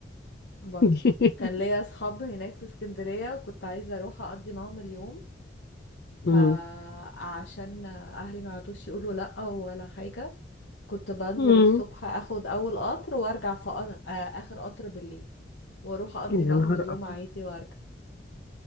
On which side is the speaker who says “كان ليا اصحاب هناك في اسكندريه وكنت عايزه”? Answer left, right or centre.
Left